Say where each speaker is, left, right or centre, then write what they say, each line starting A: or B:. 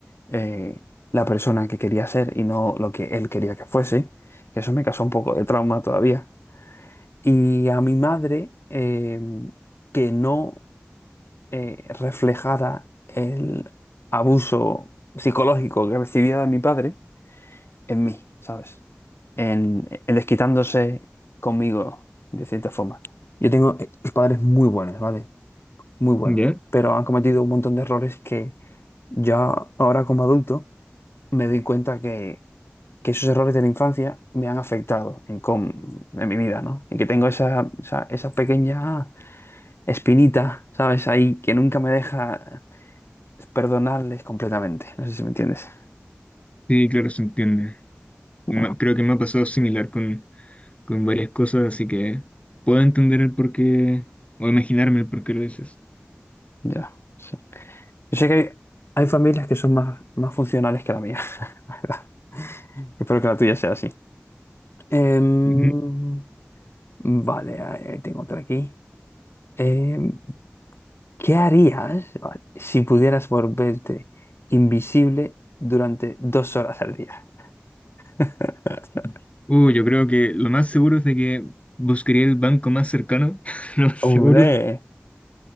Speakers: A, on the left; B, on the left.
A: eh, la persona que quería ser y no lo que él quería que fuese. Eso me causó un poco de trauma todavía. Y a mi madre, eh, que no eh, reflejara el abuso psicológico que recibía de mi padre en mí, ¿sabes? En, en desquitándose conmigo, de cierta forma. Yo tengo eh, padres muy buenos, ¿vale? Muy buenos,
B: ¿ya?
A: pero han cometido un montón de errores que yo ahora como adulto me doy cuenta que, que esos errores de la infancia me han afectado en, com en mi vida, ¿no? Y que tengo esa, esa, esa pequeña espinita, ¿sabes? Ahí que nunca me deja perdonarles completamente. No sé si me entiendes.
B: Sí, claro, se entiende.
A: Bueno,
B: Ma- Creo que me ha pasado similar con, con varias cosas, así que puedo entender el porqué o imaginarme el porqué lo dices.
A: ya. sí. Yo sé que hay, hay familias que son más, más funcionales que la mía, <laughs> la verdad. Espero que la tuya sea así. Em,
B: Ujú.
A: vale, ahí tengo otra aquí. Em, ¿qué harías vale, si pudieras volverte invisible durante dos horas al día? <laughs>
B: Uh, yo creo que lo más seguro es de que buscaría el banco más cercano, <laughs> lo más
A: Hombre,
B: seguro.